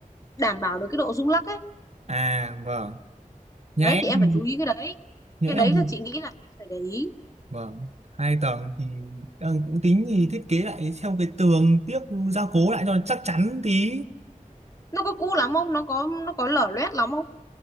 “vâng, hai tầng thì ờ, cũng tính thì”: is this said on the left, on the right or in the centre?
Right